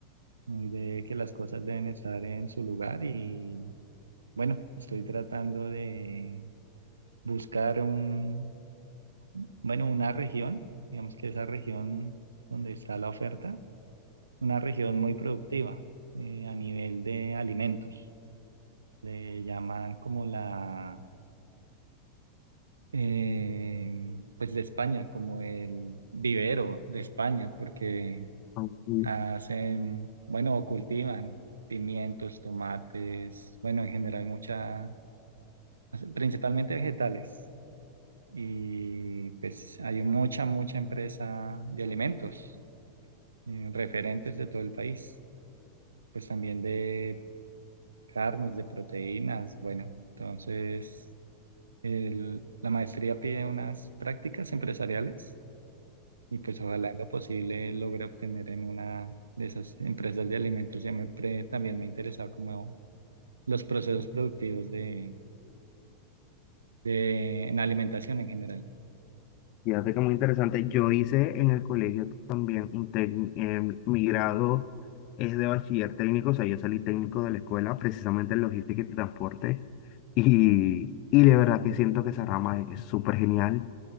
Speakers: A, on the right (about 75°); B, on the left (about 40°).
A: muy de que las cosas deben estar en su lugar y bueno, estoy tratando de buscar un, bueno, una región, digamos que esa región donde está la oferta, una región muy productiva eh, a nivel de alimentos. Le llaman como la eh, pues de España, como el vivero de España, porque
B: también.
A: hacen, bueno, o cultivan pimientos, tomates, bueno, en general mucha, principalmente vegetales. Y pues hay mucha, mucha empresa de alimentos, eh, referentes de todo el país, pues también de carnes, de proteínas, bueno, entonces el- la maestría pide unas prácticas empresariales Y pues ojalá en lo posible logre obtener en una de esas empresas de alimentos. Siempre también me interesaba como los procesos productivos de, de en alimentación en general.
B: Fíjate que muy interesante. Yo hice en el colegio también un técnico, mi grado es de bachiller técnico, o sea, yo salí técnico de la escuela precisamente en logística y transporte. Y, y de verdad que siento que esa rama es súper genial.